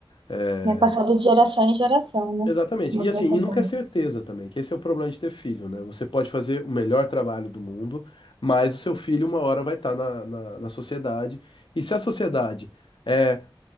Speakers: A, on the left; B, on the right.
A: É,
B: É passado de geração em geração, né?
A: Exatamente.
B: Uma
A: E
B: coisa
A: assim, e
B: boa.
A: nunca é certeza também, que esse é o problema de ter filho, né? Você pode fazer o melhor trabalho do mundo, mas o seu filho uma hora vai estar na, na, na sociedade. E se a sociedade é